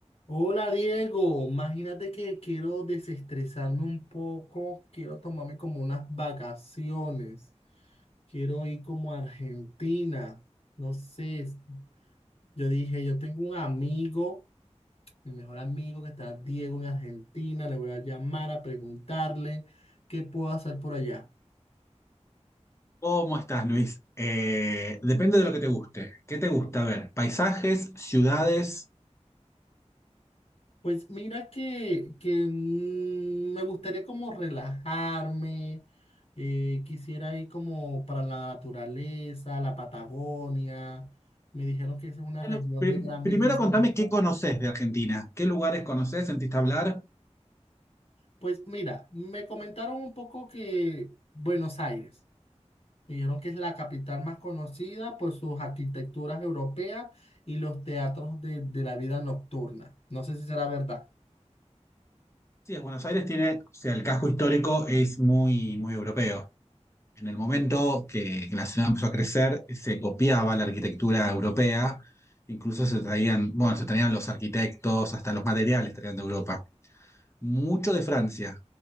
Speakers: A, on the left; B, on the left.
A: Hola Diego, imagínate que quiero desestresarme un poco, quiero tomarme como unas vacaciones, quiero ir como a Argentina, no sé, es- yo dije, yo tengo un amigo, mi mejor amigo que está Diego en Argentina, le voy a llamar a preguntarle qué puedo hacer por allá.
B: ¿Cómo estás, Luis? Eh, depende de lo que te guste. ¿Qué te gusta? A ver, paisajes, ciudades.
A: Pues mira que, que, mm, me gustaría como relajarme, eh, quisiera ir como para la naturaleza, la Patagonia. Me dijeron que esa es una región
B: Bueno, pri-
A: de gran
B: primero
A: belleza
B: contame
A: natural.
B: qué conoces de Argentina. ¿Qué lugares conoces? ¿Sentiste hablar?
A: Pues mira, me comentaron un poco que Buenos Aires, me dijeron que es la capital más conocida por sus arquitecturas europeas y los teatros de, de la vida nocturna. No sé si será verdad.
B: Sí, es Buenos Aires tiene, o sea, el casco histórico es muy, muy europeo. En el momento que la ciudad empezó a crecer, se copiaba la arquitectura europea. Incluso se traían, bueno, se traían los arquitectos, hasta los materiales traían de Europa. mucho de Francia.